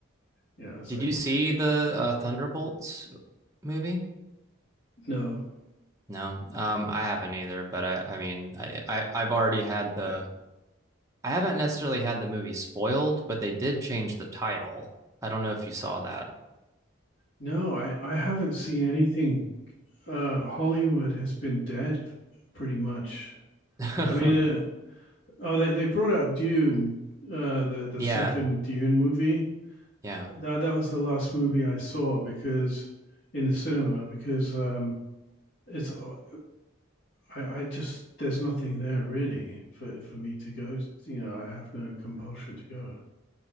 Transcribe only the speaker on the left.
you know, it's
like
no,
no.
No, I, I haven't seen anything. Uh, Hollywood has been dead pretty much.
I mean, uh, Oh, they they brought out Dune, uh, the the
second Dune movie.
That that was the last movie I saw because in the cinema because um, it's uh, I, I just there's nothing there really for for me to go. You know, I have no compulsion to go.